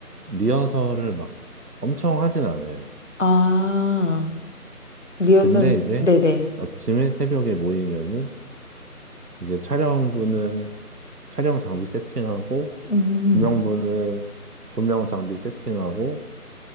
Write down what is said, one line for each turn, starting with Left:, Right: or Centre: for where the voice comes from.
Right: 리허설을 막 엄청 하진 않아요.
Left: 아, 리허설,
Right: 근데 이제
Left: 네네.
Right: 아침에 새벽에 모이면은 이제 촬영부는 촬영 장비 세팅하고
Left: 음,
Right: 조명부는 조명 장비 세팅하고